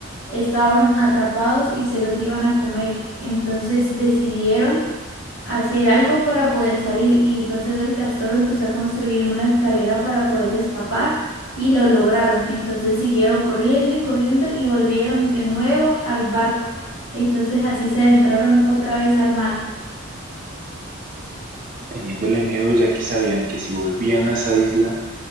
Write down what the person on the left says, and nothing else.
estaban atrapados y se los iban a comer. Entonces decidieron hacer algo para poder salir y entonces el castor empezó a construir una escalera para poder escapar y lo lograron. Entonces siguieron corriendo y corriendo y volvieron de nuevo al barco. Entonces así se adentraron otra vez al mar.